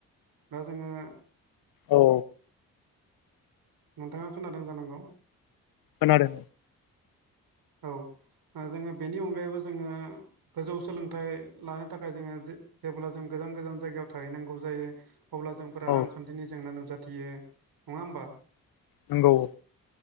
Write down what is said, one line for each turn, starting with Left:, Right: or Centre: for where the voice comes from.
Right: दा जोङो
Left: औ
Right: नोंथांआ खोनादों जानांगौ
Left: खोनादों
Right: औ जोङो बेनि अनगायैबो जोङो गोजौ सोलोंथाइ लानो थाखाय जोङो जेब्ला जों गोजान गोजान जायगायाव थाहैनांगौ जायो। अब्ला जोंफोरा
Left: औ
Right: रांखान्थिनि जेंना नुजाथियो नङा होमबा?
Left: नंगौ।